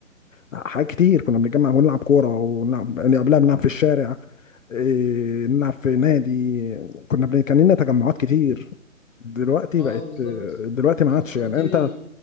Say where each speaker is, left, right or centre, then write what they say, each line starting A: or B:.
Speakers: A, on the left; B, on the left.
A: حاجات كتير كنا بنتجمع ونلعب كوره ونلعب يعني قبلها بنلعب في الشارع إيه، نلعب في نادي كنا بن- كان لنا تجمعات كتير دلوقتي
B: اه
A: بقت
B: بالظبط
A: دلوقتي ما عادش
B: فكرتني
A: يعني انت